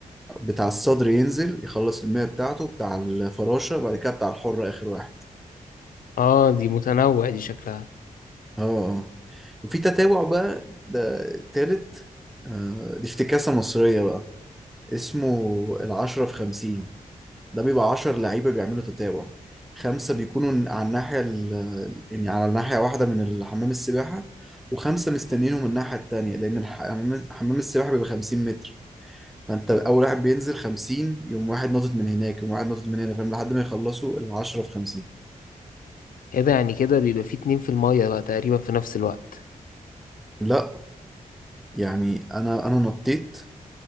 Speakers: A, in the centre; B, on the left.
A: بتاع الصدر ينزل يخلص المية بتاعته بتاع الفراشة وبعد كده بتاع الحرة آخر واحد
B: اه دي متنوع دي شكلها
A: اه اه وفي تتابع بقى ده تالت آه، دي افتكاسة مصرية بقى اسمه العشرة في خمسين ده بيبقى عشر لعيبة بيعملوا تتابع خمسة بيكونوا على الناحية ال- يعني على ناحية واحدة من الحمام السباحة وخمسة مستنينهم من الناحية التانية لأن الح- حمام حمام السباحة بيبقى خمسين متر فانت اول واحد بينزل 50 يقوم واحد ناطط من هناك يقوم واحد ناطط من هنا فاهم لحد ما يخلصوا ال 10 في 50
B: ايه ده يعني كده بيبقى في اتنين في المية بقى تقريبا في نفس الوقت
A: لا يعني انا انا نطيت